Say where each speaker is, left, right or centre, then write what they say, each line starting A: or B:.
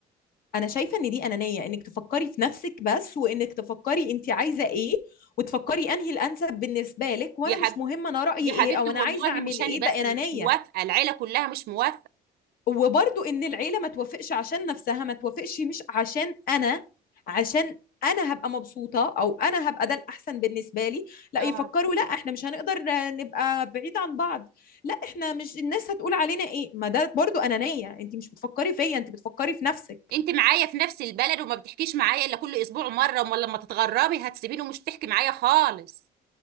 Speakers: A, on the left; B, on the right.
A: انا شايفه ان دي انانيه انك تفكري في نفسك بس وانك تفكري انت عايزه ايه وتفكري انهي الانسب بالنسبه لك وانا
B: يا حب...
A: مش مهم انا رايي
B: يا
A: ايه
B: حبيبتي
A: او
B: والله
A: انا عايزه اعمل
B: مش
A: ايه
B: انا
A: ده
B: بس
A: انانيه
B: اللي مش موافقه العيله كلها مش موافقه
A: وبرضو ان العيله ما توافقش عشان نفسها ما توافقش مش عشان انا عشان انا هبقى مبسوطه او انا هبقى ده الاحسن بالنسبه لي لا
B: اه
A: يفكروا لا احنا مش هنقدر نبقى بعيد عن بعض لا احنا مش الناس هتقول علينا ايه ما ده برضو انانيه انت مش بتفكري فيا انت بتفكري في نفسك
B: انت معايا في نفس البلد وما بتحكيش معايا الا كل اسبوع مره امال لما تتغربي هتسيبيني ومش تحكي معايا خالص